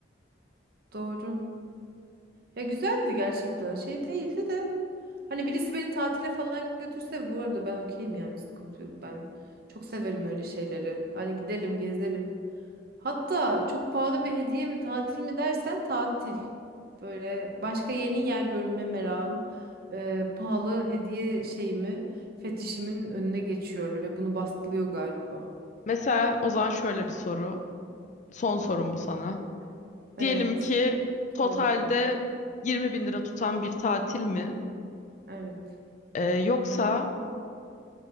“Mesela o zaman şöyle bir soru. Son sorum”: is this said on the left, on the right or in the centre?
Left